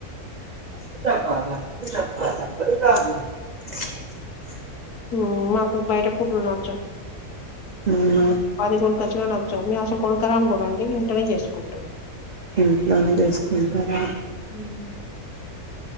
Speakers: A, on the right; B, on the left.
A: <unintelligible>
B: ఉమ్ మాకు బయట ఉమ్ నచ్చవు
A: అవునా
B: పది కొనుకో ఖచ్చిగా నచ్చావు మేము అసలు కొనుకరాము కూడా అండి ఇంంటనే చేసుకుంటూ
A: ఇంట్లోనే చేసుకుంటారా
B: ఉమ్